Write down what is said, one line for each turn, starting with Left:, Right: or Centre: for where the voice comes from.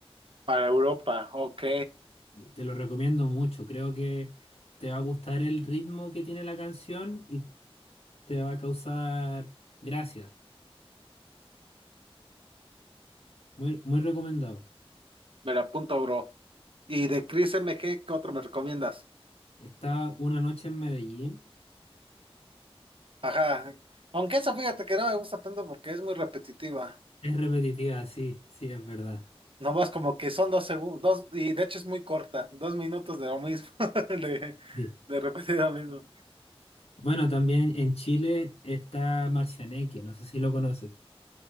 Right: Para Europa, ok.
Left: Te lo recomiendo mucho. Creo que te va a gustar el ritmo que tiene la canción y te va a causar gracia. Muy, muy recomendado.
Right: Me la apunto, bro. Y de Chris M G, ¿qué otro me recomiendas?
Left: Está Una noche en Medellín.
Right: Ajá. Aunque esa fíjate que no me gusta tanto porque es muy repetitiva.
Left: Es repetitiva, sí, sí, es verdad.
Right: Nomás como que son dos segundos, dos, y de hecho es muy corta, dos minutos de lo mismo, <laughs> de,
Left: Sí.
Right: de repetir lo mismo.
Left: Bueno, también en Chile está Marcianeque, no sé si lo conoces.